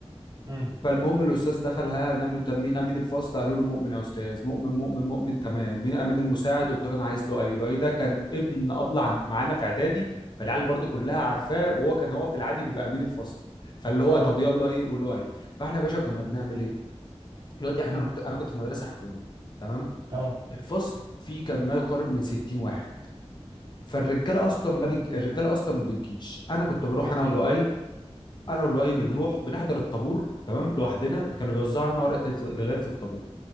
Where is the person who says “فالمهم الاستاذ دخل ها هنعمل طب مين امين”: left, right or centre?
Left